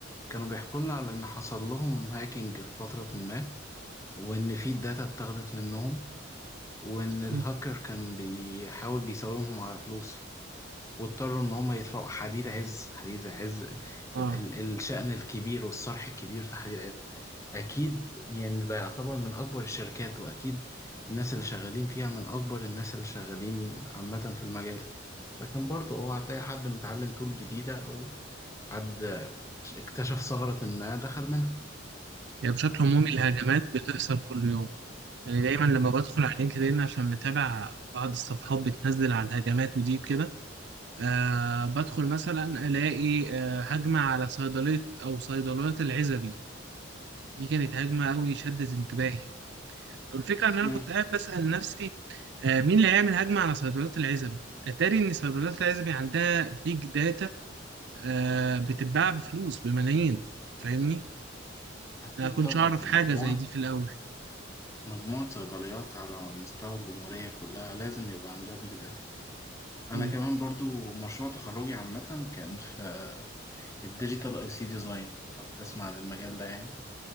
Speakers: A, on the left; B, on the right.
A: كانوا بيحكوا لنا على ان حصل لهم هاكينج في فتره ما وان في داتا اتاخدت منهم وان الهاكر
B: م.
A: كان بيحاول بيساومهم على فلوس واضطروا ان هم يدفعوا حديد عز حديد عز ال
B: اه
A: ال الشأن الكبير والصرح الكبير في حديد عز اكيد يعني ده يعتبر من اكبر الشركات واكيد الناس اللي شغالين فيها من اكبر الناس اللي شغالين عامة في المجال لكن برضه هو هتلاقي حد متعلم طول جديدة او حد اكتشف ثغرة ما دخل منها
B: يعني بشكل عمومي الهجمات بتحصل كل يوم يعني دايما لما بدخل على لينكدين عشان متابع بعض الصفحات بتنزل على الهجمات ودي كده آه بدخل مثلا الاقي آه هجمه على صيدليه او صيدليات العزبي دي كانت هجمه قوي شدت انتباهي والفكره ان انا
A: مم.
B: كنت قاعد بسال نفسي آه مين اللي هيعمل هجمه على صيدليات العزبي اتاري ان صيدليات العزبي عندها بيج داتا آه بتتباع بفلوس بملايين فاهمني
A: أكيد
B: ما كنتش
A: طبعا
B: اعرف
A: دي
B: حاجه
A: مجموعة
B: زي دي في الاول
A: مجموعة صيدليات على مستوى الجمهورية كلها لازم يبقى عندها بيج داتا انا
B: مم.
A: كمان برضو مشروع تخرجي عامة كان في الديجيتال اي سي ديزاين لو تسمع عن المجال ده يعني